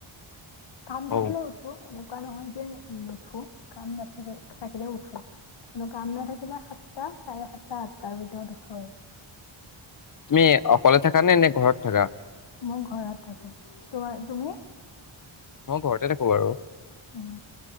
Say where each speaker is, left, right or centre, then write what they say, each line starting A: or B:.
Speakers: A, on the left; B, on the left.
A: কাম
B: অ'
A: থাকিলে উঠো, এনেকুৱা নহয় যে নুঠো। কাম নাথা <inaudible> থাকিলে উঠো। কিন্তু কাম নাথাকিলে সাতটা, চাৰে সাতটা, আঠটাৰ ভিতৰত উঠো আৰু।
B: তুমি অকলে থাকা নে? নে ঘৰত থাকা?
A: মই ঘৰত থাকো। তো তুমি?
B: মই ঘৰতে থাকো বাৰু।
A: উম।